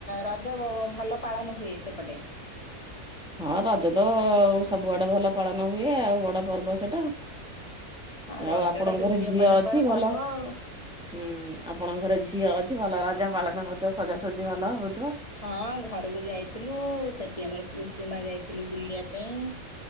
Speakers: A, on the left (about 25°); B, in the centre.
A: ରଜ ଜ ଭଲ ପାଳନ ହୁଏ ସେପଟେ।
B: ହଁ ରଜ ତ ସବୁଆଡେ ଭଲ ପାଳନ ହୁଏ ଆଉ ବଡ ପର୍ବ ସେଟା।
A: ହଁ ରଜର
B: ଆଉ ଆପଣଙ୍କ
A: ତ
B: ଘରେ
A: ଝିଅମାନଙ୍କର
B: ଝିଅ ଅଛି
A: ପର୍ବ
B: ଭଲ
A: ଆଉ
B: ହୁଁ ଆପଣଙ୍କ ଘରେ ଝିଅ ଅଛି ଭଲ ରଜ ପାଳନ ହଉଥିବ ସଜାସଜି ଭଲ ହଉଥିବ।
A: ହଁ ଘରକୁ ଯାଇଥିଲୁ ସେଠି ଆମର କୁସୁମା ଯାଇଥିଲୁ ବୁଲିବା ପାଇଁ।